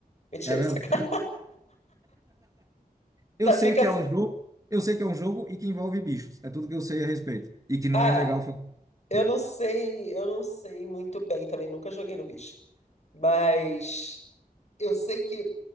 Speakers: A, on the left; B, on the right.
A: Mentira,
B: É mesmo?
A: <laughs> sacanagem.
B: Eu sei
A: fica
B: que
A: assim.
B: é um jogo, eu sei que é um jogo e que envolve bichos. É tudo que eu sei a respeito. E que não
A: Ah,
B: é legal fazer.
A: eu
B: né?
A: não sei, eu não sei muito bem também, nunca joguei no bicho. Mas eu sei que